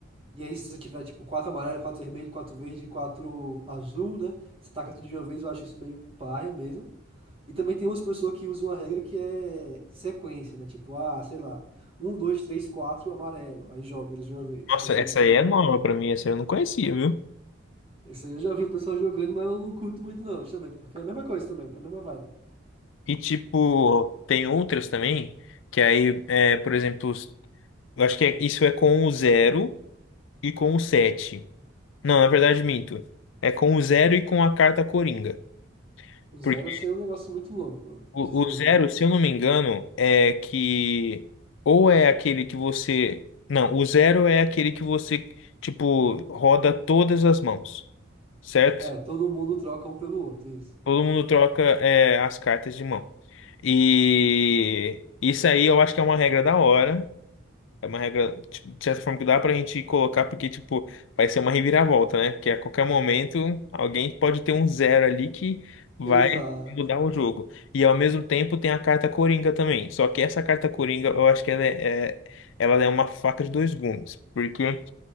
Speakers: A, on the right (about 25°); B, on the left (about 65°).
A: E aí, se você tiver, tipo, quatro amarelo, quatro vermelho, quatro verde quatro azul, né? Você taca tudo de uma vez, eu acho isso meio paia mesmo. E também tem umas pessoas que usam a regra que é sequência, né? Tipo, ah, sei lá, um, dois, três, quatro, amarelo. Aí joga eles de uma vez.
B: Nossa,
A: Também
B: essa
A: acho meio
B: aí
A: chato.
B: é nova pra mim, essa eu não conhecia, viu?
A: Isso aí eu já vi o pessoal jogando, mas eu não curto muito não, justamente, porque é a mesma coisa também, né? A mesma vibe.
B: E tipo, tem outras também, que aí, é, por exemplo, os- eu acho que é- isso é com o zero e com o 7. Não, na verdade, minto. É com o zero e com a carta Coringa.
A: O zero
B: Porque
A: eu sei é um negócio muito louco.
B: o,
A: Diz aí
B: o zero,
A: qual é.
B: se eu não me engano, é que. Ou é aquele que você. Não, o zero é aquele que você, tipo, roda todas as mãos, certo?
A: É, todo mundo troca um pelo outro, isso.
B: Todo mundo troca é, as cartas de mão. E isso aí eu acho que é uma regra da hora. É uma regra, tipo, de certa forma, que dá pra gente colocar, porque, tipo, vai ser uma reviravolta, né? Que a qualquer momento alguém pode ter um zero ali que vai
A: Exato.
B: mudar o jogo. E ao mesmo tempo tem a carta Coringa também. Só que essa carta Coringa, eu acho que ela é, é- ela é uma faca de dois gumes. Porque.